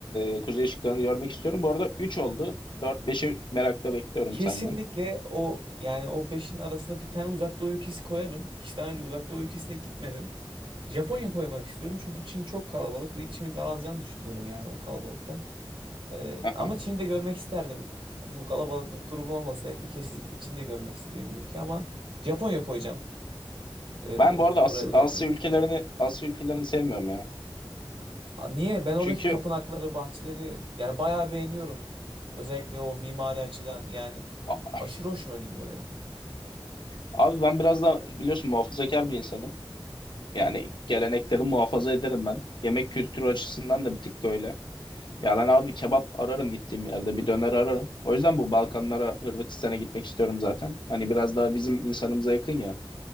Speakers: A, on the left; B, on the right.
A: e, kuzey ışıklarını görmek istiyorum. Bu arada 3 oldu. dört 5i merakla bekliyorum
B: Kesinlikle
A: senden.
B: o yani o beşin arasında bir tane uzak doğu ülkesi koyarım. Hiç daha önce uzak doğu ülkesine gitmedim. Japonya koymak istiyorum çünkü Çin çok kalabalık ve içimin daralacağını düşünüyorum yani o kalabalıkta. Ee,
A: Aha.
B: ama Çin'i de görmek isterdim. Bu kalabalıklık durumu olmasaydı kesinlikle Çin'de görmek istediğim bir ülke ama Japonya koyacağım. Ee,
A: Ben bu arada
B: buraya
A: As-
B: uzak
A: Asya
B: doğu ülkeler.
A: ülkelerini Asya ülkelerini sevmiyorum ya.
B: Aa, Niye? Ben oradaki
A: Çünkü
B: tapınakları, bahçeleri yani bayağı beğeniyorum. Özellikle o mimari açıdan yani
A: a-
B: aşırı hoşuma gidiyor benim.
A: abi ben biraz da biliyorsun muhafazakar bir insanım. Yani gelenekleri muhafaza ederim ben. Yemek kültürü açısından da bir tık öyle. Ya ben abi kebap ararım gittiğim yerde. Bir döner ararım. O yüzden bu Balkanlara, Hırvatistan'a gitmek istiyorum zaten. Hani biraz daha bizim insanımıza yakın ya.